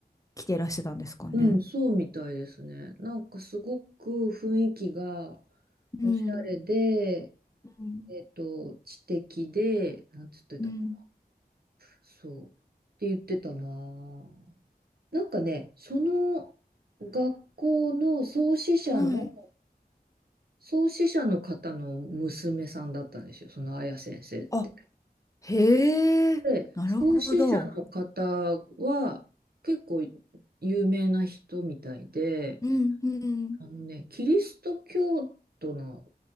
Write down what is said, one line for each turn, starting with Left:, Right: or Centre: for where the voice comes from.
Left: 着ていらしてたんですかね。
Right: うん、そうみたいですね。なんかすごく雰囲気が
Left: うん
Right: おしゃれで、
Left: うん
Right: えっと、知的で、なんつってたか
Left: うん
Right: そう。って言ってたなぁ。なんかね、その学校の創始者の、
Left: はい。
Right: 創始者の方の娘さんだったんですよ、その綾先生って。
Left: あ、へえ、
Right: で、
Left: なるほど。
Right: 創始者の方は結構有名な人みたいで、
Left: うんうん
Right: あのね、キリスト教徒の、